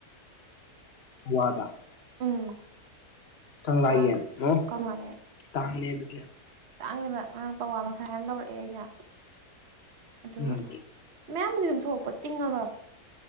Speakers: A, on the left; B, on the right.
A: ꯋꯥꯗ
B: ꯎꯝ
A: ꯀꯪꯂꯒꯤꯅ
B: ꯄꯋꯥ ꯌꯥꯡꯈꯩ
A: ꯑꯣ
B: ꯀꯪꯂꯥ ꯌꯦꯟ
A: ꯇꯥꯡꯅꯦ ꯑꯗꯨ
B: ꯇꯥꯡꯉꯦꯕ ꯉꯔꯥꯡ ꯄꯋꯥ ꯃꯈꯥꯏ ꯑꯃ ꯂꯧꯔꯛꯑꯦ ꯑꯩꯅ ꯑꯗꯨ
A: ꯎꯝ
B: ꯃꯌꯥꯝꯕꯨꯗꯤ ꯑꯗꯨꯝ ꯁꯣꯛꯄ ꯇꯤꯡꯉꯒ